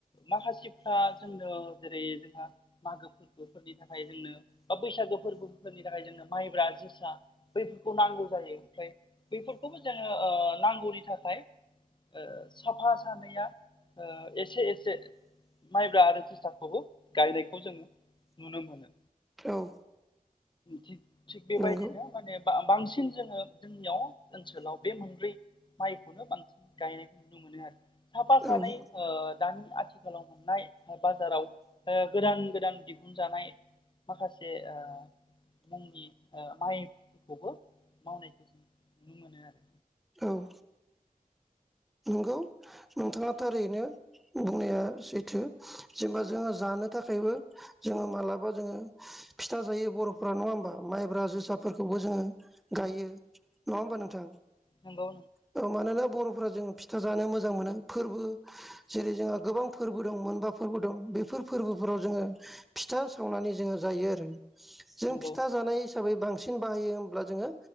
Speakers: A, on the left; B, in the centre.
A: माखासे फ्रा जोंनो जेरै जोंहा मागो फोरबोफोरनि थाखाय जोंनो बा बैसागो फोरबोफोरनि थाखाय जोंनो माइब्रा जोसा बैफोरखौ नांगौ जायो ओमफ्राय बैफोरखौबो जोंङो ओ नांगौनि थाखाय ओ साफा सानैया ओ एसे एसे माइब्रा आरो जोसाखौबो गायनायखौ जोङो नुनो मोनो
B: औ
A: थि थिग बेबायदिनो
B: नंगौ
A: माने बांसिन जोङो जोंनियाव ओनसोलाव बे मोनब्रै माइखौनो बांसिन गायनायखौ नुनो मोनो आरो साफा सानै
B: औ
A: ओ दानि आथिखालाव मोननाय बाजाराव ओ गोदानगोदान दिहुनजानाय माखासे ओ मुंनि ओ माइखौबो मावनायखौ जों नुनो मोनो आरो।
B: औ नंगौ नोंथाङा थारैनो बुंनाया सैथो जेनेबा जोङो जानो थाखायबो जोङो मालाबा जोङो फिथा जायो बर'फोरा नङा होमबा माइब्रा जोसाफोरखौबो जोङो गायो। नङा होमबा नोंथां?
A: नंगौ
B: औ मानोना बर'फ्रा जों फिथा जानो मोजां मोनो। फोरबो जेरै जोंहा गोबां फोरबो दं मोनबा फोरबो दं बेफोर फोरबोफोराव जोङो फिथा सावनानै जोङो जायो आरो। जों
A: नंगौ
B: फिथा
A: नंगौ
B: जानाय हिसाबै बांसिन बाहायो होमब्ला जोङो